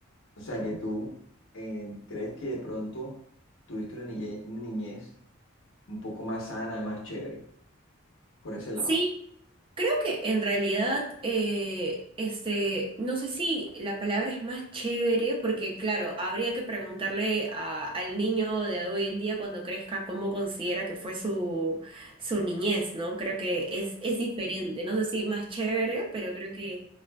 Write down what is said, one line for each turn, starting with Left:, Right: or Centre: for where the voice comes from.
Left: O sea que tú eh, crees que de pronto tuviste una niñez, una niñez un poco más sana, más chévere, por ese lado.
Right: sí Creo que en realidad, eh, este, no sé si la palabra es más chévere, porque claro, habría que preguntarle a- al niño de hoy en día cuando crezca cómo considera que fue su, su niñez, ¿no? Creo que es, es diferente, no sé si más chévere, pero creo que